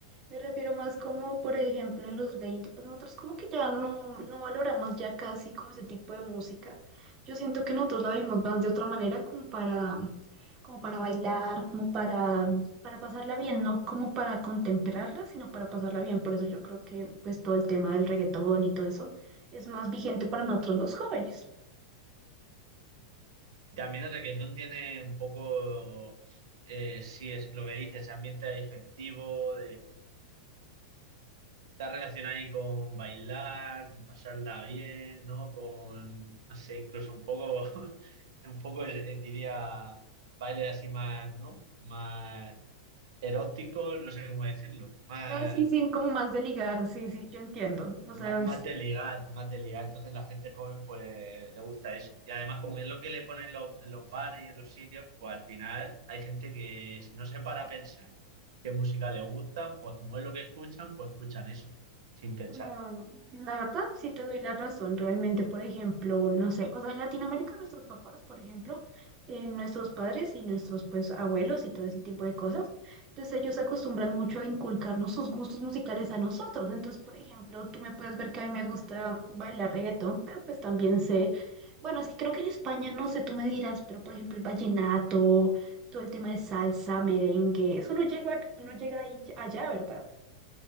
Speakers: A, on the right; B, on the right.
A: Me refiero más como, por ejemplo, en los 20 pues nosotros como que ya no, no valoramos ya casi como ese tipo de música. Yo siento que nosotros la vimos más de otra manera como para, como para bailar, como para, para pasarla bien, no como para contemplarla, sino para pasarla bien. Por eso yo creo que pues todo el tema del reggaetón y todo eso es más vigente para nosotros los jóvenes.
B: También el reggaetón tiene un poco, eh, si es lo que dices, ambiente festivo, Está relacionado ahí con bailar, con pasarla bien, ¿no? Con, no sé, incluso un poco, <laughs> un poco eh, diría baile así más, ¿no? Más erótico, no sé cómo decirlo, más,
A: No, sí, sí, como más de ligar, sí, sí, yo entiendo. O
B: más,
A: sea,
B: más de ligar, más de ligar. Entonces la gente joven pues le gusta eso. Y además como es lo que le ponen en los, en los bares y en los sitios, pues al final hay gente que si no se para a pensar qué música le gusta, pues como es lo que escuchan, pues escuchan eso, sin pensar.
A: No, la verdad sí te doy la razón, realmente, por ejemplo, no sé, o sea, en Latinoamérica nuestros papás, por ejemplo, eh, nuestros padres y nuestros pues abuelos y todo ese tipo de cosas, entonces ellos se acostumbran mucho a inculcarnos sus gustos musicales a nosotros, entonces, por ejemplo, tú me puedes ver que a mí me gusta bailar reggaetón, pero pues también sé, bueno, es que creo que en España, no sé, tú me dirás, pero por ejemplo el vallenato, todo el tema de salsa, merengue, eso no llega, no llega ahí- allá, ¿verdad?